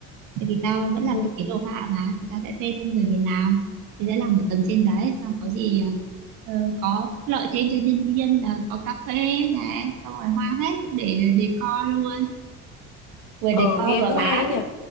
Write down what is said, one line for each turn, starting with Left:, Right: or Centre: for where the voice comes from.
Right: tại vì tao vẫn là
Left: ừ.
Right: thiết kế đồ họa mà thì tao sẽ thuê thêm người về làm thì sẽ làm ở tầng trên đấy xong có gì ờ, Ờ, có lợi thêm cho nhân viên là có cà phê này xong rồi hoa hết để decor luôn vừa
Left: ờ,
Right: decor
Left: nghe
Right: vừa
Left: cũng
Right: bán
Left: hay ấy nhỉ.